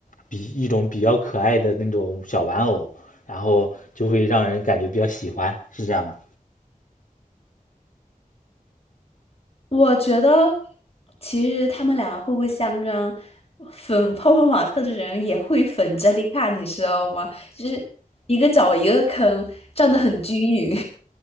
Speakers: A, on the left; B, on the left.
A: 比一种比较可爱的那种小玩偶，然后就会让人感觉比较喜欢，是这样吗？
B: 我觉得其实他们俩互不相让，粉泡泡玛特的人也会粉 j e l 杰丽卡，你知道吗？就是一个找一个坑，站得很均匀。